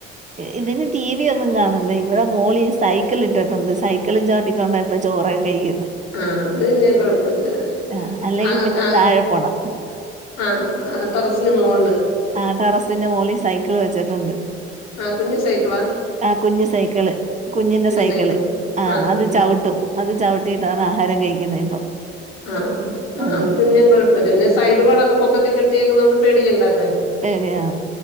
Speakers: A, on the right; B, on the left.
A: ഇതിന് ടി വി ഒന്നും കാണണ്ടേ ഇവിടെ മോളി ഈ സൈ- സൈക്കലിട്ടിട്ടുണ്ട് സൈക്കിള് ചവിട്ടിക്കൊണ്ടയിപ്പോ ചോറൊക്കെ കഴിക്കുന്ന.
B: ആഹ അത് പിന്നെ കുഴപ്പമില്ല
A: ആഹ് അല്ലെങ്കി
B: ആഹ
A: പിന്നെ
B: ആഹ
A: താഴെ പോണം
B: ആഹ ടെറസിന് മോള്ല്
A: ആഹ ടെറസിന്റെ മുകളിൽ സൈക്കിൾ വെച്ചിട്ടുണ്ട്.
B: ആഹ കുഞ്ഞ് സൈക്കളാ?
A: ആ കുഞ്ഞു സൈക്കിള് കുഞ്ഞിന്റെ സൈക്കിള്
B: സൈക്കിൾ
A: ആഹ
B: ആഹ്
A: അത്
B: ആഹ്
A: ചവിട്ടും അത് ചവിട്ടും. ട്ടിയിട്ടാണ് ആഹാരം കഴിക്കുന്നത് ഇപ്പം.
B: ആഹഅത്
A: ആഹ്
B: പിന്നെ കൊഴപ്പ അത് പിന്നെ സൈഡ് വാളൊക്കെ പൊക്കത്തിൽ കെട്ടിയേക്കുന്നണ്ട് പേടിക്കണ്ടല്ലേ
A: പേടിയാ